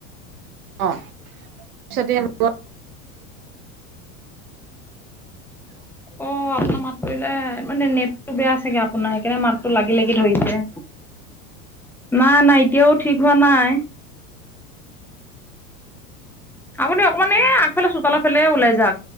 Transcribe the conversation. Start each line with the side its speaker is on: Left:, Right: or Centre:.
Right: অ পিছতীয়া হৈ গ'ল।
Centre: অ আপোনাৰ মাতটোলে মানে নেটটো বেয়া চাগে আপোনাৰ সেইকাৰণে মাতটো লাগি লাগি ধৰিছে।
Right: <unintelligible>
Centre: নাই নাই এতিয়াও ঠিক হোৱা নাই। আপুনি অকণমান এই আগফালে চোতলৰ ফালে ওলাই যাক।